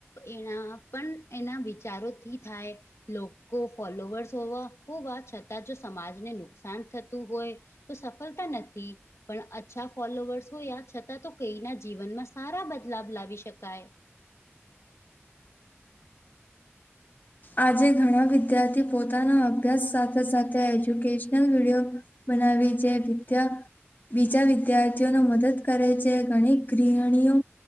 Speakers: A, on the left (about 80°); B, on the left (about 40°).
A: એના પણ એના વિચારોથી થાય લોકો ફોલોવર્સ હોવા હોવા છતાં જો સમાજને નુકસાન થતું હોય તો સફલતા નથી. પણ અચ્છા ફોલોવર્સ હોયા છતાં તો કઈના જીવનમાં સારા બદલાવ લાવી શકાય
B: આજે ઘણા વિદ્યાર્થી પોતાના અભ્યાસ સાથે સાથે એજ્યુકેશનલ વિડીયો બનાવી જે વિદ્યા બીજા વિદ્યાર્થીઓને મદદ કરે છે, ઘણી ગૃહણીઓ